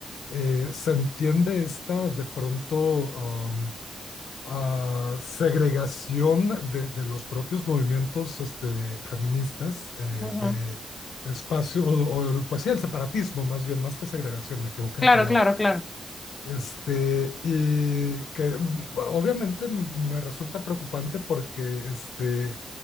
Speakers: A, on the left; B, on the left.
A: eh, se entiende esta de pronto um, ah, segregación de, de los propios movimientos este, feministas eh,
B: Ujú.
A: de espacio, o, o, pues sí, el separatismo más bien, más que segregación, me equivoqué
B: Claro,
A: de palabra
B: claro, claro.
A: este, y que mm, obviamente me resulta preocupante porque, este,